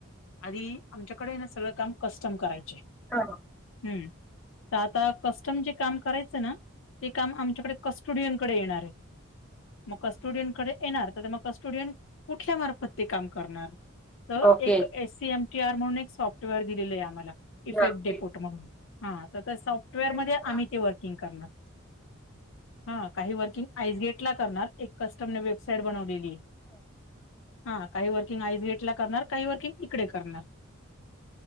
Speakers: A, on the left; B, in the centre.
A: आधी आमच्याकडे ना सगळं काम कस्टम करायचे.
B: हा हा.
A: हम, तर आता कस्टम जे काम करायचं ना ते काम आमच्या कडे कस्टोडियनकडे येणार आहे. मग कस्टोडियंटकडे येणार तर मग कस्टोडियन कुठल्या मार्फत ते काम करणार? तर
B: ओके.
A: एक S. C. M. T. R. म्हणून एक सॉफ्टवेअर दिलेलं आहे आम्हाला इफेक्ट
B: हा.
A: डेपोट म्हणून हा त त्या सॉफ्टवेअरमध्ये
B: हम्म.
A: आम्ही ते वर्किंग करणार. हा काही वर्किंग आइजेट ला करणार एक कस्टमने वेबसाईट बनवलेलीये. हा काही वर्किंग आईजेट ला करणार काही वर्किंग इकडे करणार.